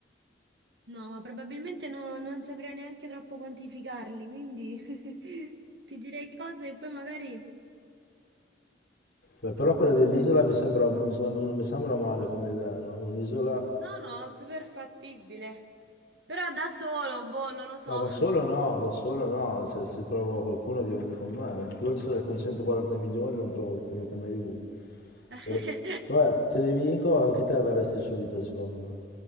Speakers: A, on the right; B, on the left.
A: No, ma probabilmente no- non saprei neanche troppo quantificarli, quindi <laughs> ti direi cose e poi magari...
B: Beh, però quella dell'isola
A: eh,
B: mi sembra, mi sembra- non mi sembra male come idea, no? Un'isola
A: No, no, super fattibile. Però da solo, boh, non lo so.
B: Ma da solo no, da solo no, se, se trovo qualcuno che viene con me, figurati se ne consento 40 milioni non trovo qualcuno che mi aiuti.
A: <laughs>
B: Però- Vabbè, se li vinco anche te verresti subito secondo me,